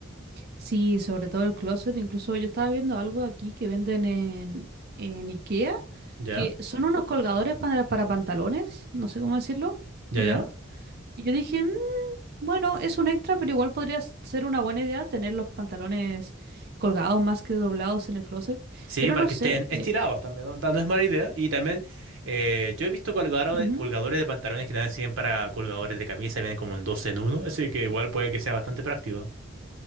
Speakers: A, on the right (about 50°); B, on the right (about 85°).
A: Sí, sobre todo el closet, incluso yo estaba viendo algo aquí que venden en, en IKEA
B: Ya,
A: que son unos colgadores para, para pantalones, no sé cómo decirlo,
B: ya,
A: ¿ya?
B: ya.
A: Y yo dije, "Mm, bueno, es un extra, pero igual podría s- ser una buena idea tener los pantalones colgados más que doblados en el closet.
B: Sí,
A: Pero
B: para
A: no
B: que
A: sé,
B: estén estirados
A: eh,
B: también, ¿no? No es mala idea. Y también eh, yo he visto colgado-
A: ujú.
B: colgadores de pantalones que también sirven para colgadores de camisa, vienen como el 2 en uno, así que igual puede que sea bastante práctico.